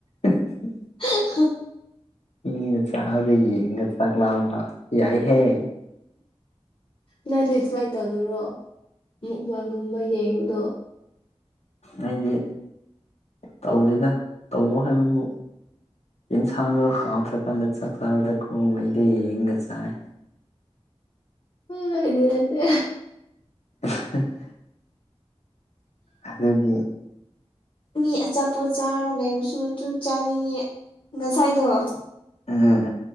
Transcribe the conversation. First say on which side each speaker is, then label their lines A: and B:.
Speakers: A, on the left; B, on the left.
A: <unintelligible>
B: <inaudible> <inaudible>
A: ꯃꯤꯅ ꯆꯥꯛꯕꯗ ꯌꯦꯡꯒ ꯆꯥꯛꯂꯥꯛꯑ꯭ꯔ ꯌꯥꯏꯍꯌꯦ
B: ꯅꯪꯗꯤ ꯑꯗꯨꯃꯥꯏꯅ ꯇꯧꯗꯕ꯭ꯔꯣ ꯃꯨꯛꯕꯥꯟꯒꯨꯝꯕ ꯌꯦꯡꯉꯗꯣ
A: ꯑꯩꯗꯤ ꯇꯧꯗꯦꯅ ꯇꯧꯕ ꯍꯥꯏꯕꯕꯨ ꯌꯦꯟꯁꯥꯡꯗꯣ ꯍꯥꯎꯗ꯭ꯔꯀꯥꯟꯗ ꯆꯥꯛ ꯆꯥꯕꯗ ꯈꯣꯡꯕ ꯑꯩꯗꯣ ꯌꯦꯡꯒ ꯆꯥꯏ
B: ꯍꯗꯤ ꯅꯠꯇꯦ
A: <inaudible> ꯑꯗꯨꯗꯒꯤ
B: ꯃꯤ ꯑꯆꯥꯄꯣꯠ ꯆꯥꯔꯒ ꯂꯩꯕꯁꯨ ꯑꯗꯨ ꯆꯥꯅꯤꯡꯉꯤ ꯉꯁꯥꯏꯗꯣ ꯍ
A: ꯎꯝ